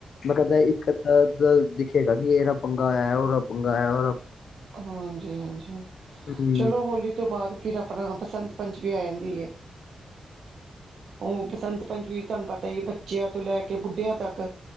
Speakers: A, on the left; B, on the right.
A: ਮੈਂ ਕੈੰਦਾ ਇੱਕ, ਅੱਦਾ ਤਾਂ ਦਿਖੇਗਾ ਕਿ ਇਹਦਾ ਪੰਗਾ ਹੋਇਆ, ਉਹਦਾ ਪੰਗਾ ਹੋਇਆ, ਔਰ
B: ਹਾਂਜੀ, ਹਾਂਜੀ
A: ਹੂੰ
B: ਚਲੋ ਹੋਲੀ ਤੋਂ ਬਾਅਦ ਫਿਰ ਅਪਣਾ ਬਸੰਤ ਪੰਚਮੀ ਆ ਜਾਂਦੀ ਐ, ਔਹ ਬਸੰਤ ਪੰਚਮੀ ਤੁਹਾਨੂੰ ਪਤਾ ਈ ਐ ਬੱਚਿਆਂ ਤੋਂ ਲੈ ਕੇ, ਬੁੱਢਿਆਂ ਤੱਕ